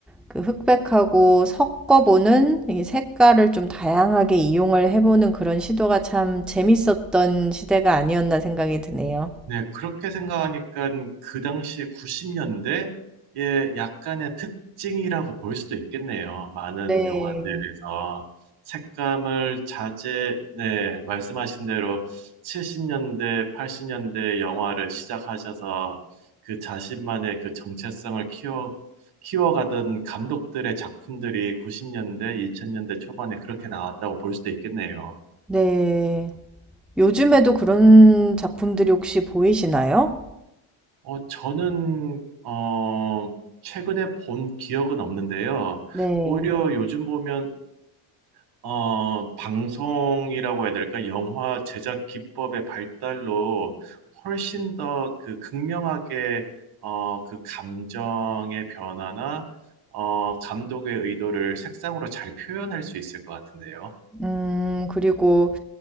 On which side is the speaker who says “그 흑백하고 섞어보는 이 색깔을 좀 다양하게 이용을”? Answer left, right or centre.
Centre